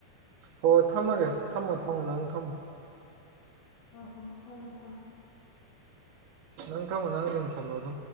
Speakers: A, on the right; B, on the left.
A: ꯍꯣ ꯍꯣꯏ ꯊꯝꯃꯒꯦ ꯊꯝꯃꯣ ꯊꯝꯃꯣ ꯅꯪ ꯊꯝꯃꯣ
B: ꯑꯥ ꯑꯥ ꯊꯃꯦ ꯊꯝ
A: ꯅꯪ ꯊꯝꯃꯣ ꯅꯪꯗꯨꯝ ꯊꯜꯂꯣ ꯑꯗꯣ